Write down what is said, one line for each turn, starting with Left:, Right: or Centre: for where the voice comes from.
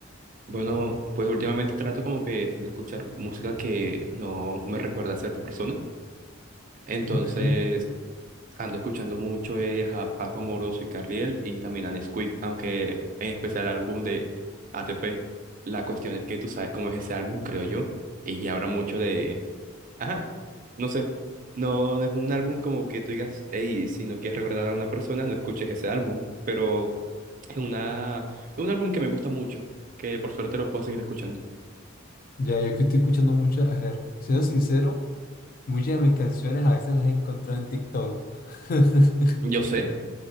Right: Bueno, pues últimamente trato como que de escuchar música que no me recuerda a cierta persona. Entonces,
Left: Ok,
Right: Ando escuchando mucho es a Paco Moroso y Carriel y también a Nesquik, aunque en especial el álbum de ATP. La cuestión es que tú sabes cómo es ese álbum, creo yo, y habrá mucho de... Ajá, no sé, no, no es un álbum como que tú digas, hey, si no quieres recordar a una persona, no escuches ese álbum, pero es una... es un álbum que me gusta mucho, que por suerte lo puedo seguir escuchando.
Left: ya yo que estoy escuchando mucho, a ver, siendo sincero, muchas de mis canciones a veces las he encontrado en TikTok, <laughs>
Right: Yo sé,